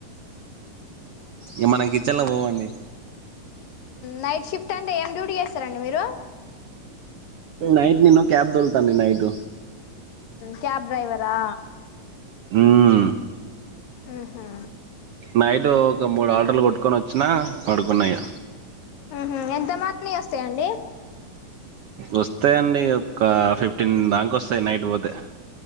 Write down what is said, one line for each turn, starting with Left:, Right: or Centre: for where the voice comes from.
Right: ఇ మనం కిచెన్ లో పోమండి
Left: నైట్ షిఫ్ట్ అంటే ఏం డ్యూటీ చేస్తారండి మీరు
Right: నైట్ నిను క్యాబ్ దొల్తాను నైట్
Left: క్యాబ్ డ్రైవరా
Right: హ్మ్మ్
Left: ఆహా
Right: నైట్ ఒక మూడు ఆర్డర్లు కొట్టుకొని వచ్చినా పడుకున్నాయి
Left: హ ఎంత మంది వస్తాయండి
Right: వస్తాయిండి ఒక ఫిఫ్టీన్ దాక వస్తాయి నైట్ పోతే